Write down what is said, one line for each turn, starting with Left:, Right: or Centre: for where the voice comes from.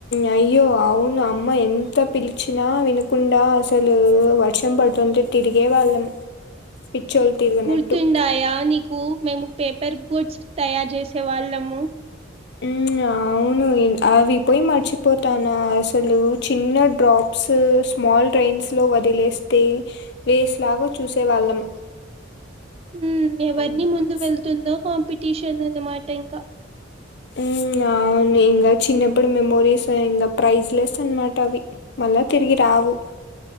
Left: అయ్యో అవును అమ్మ ఎంత పిలిచినా వినకుండా అసలు వర్షం పడుతు ఎంత తిరిగే వాళ్ళం
Right: <inaudible>
Left: పిచ్చోళ్ళు తిరిగినట్టు
Right: గుర్తుడాయా నీకు మేము పేపర్ బోట్స్ తయారు చేసేవాళ్ళము
Left: ఉ అవు ను అవి పోయి మర్చిపోతానా అసలు చిన్న డ్రాప్స్ స్మాల్ డ్రై న్స్ లో వదిలేస్తే వేస్లాగా చూసేవాళ్ళం
Right: ఉ ఎవరిని
Left: అవునా
Right: ముందు వెళ్తుందో కాంపిటీషన్ అన్నమాట ఇంకా
Left: ఉ అవును ఇంగ చిన్నప్పుడు మెమోరీస్ ఇంగ ప్రైజ్ లెస్ అనమాట అవి మల్ల తిరిగి రావు